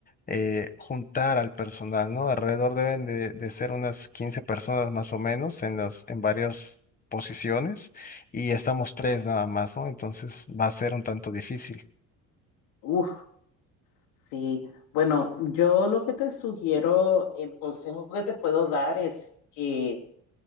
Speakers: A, on the left; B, on the left.
A: eh, juntar al personal, ¿no? Alrededor deben de, de ser unas 15 personas más o menos en las, en varias posiciones y estamos tres nada más, ¿no? Entonces va a ser un tanto difícil.
B: uff, sí. Bueno, yo lo que te sugiero, el consejo que te puedo dar es que